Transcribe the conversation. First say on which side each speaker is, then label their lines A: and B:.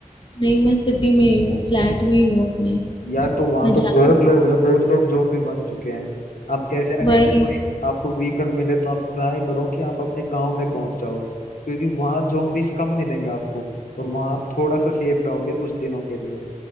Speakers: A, on the left; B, on the left.
A: नहीं मैं सिटी में ही हूँ फ्लैट में ही हूँ अपने
B: यार तो वहां
A: मैं जा
B: तो बहुत लोग हैं बहुत लोग ज़ॉम्बी बन चुके हैं आप कैसे ना कैसे
A: वही
B: कोई आपको व्हीकल मिले तो आप ट्राई करो कि आप अपने गांव में पहुंच जाओ क्योंकि वहां ज़ॉम्बीज कम मिलेंगे आपको और वहां आप थोड़ा सा सेफ रहोगे कुछ दिनों के लिए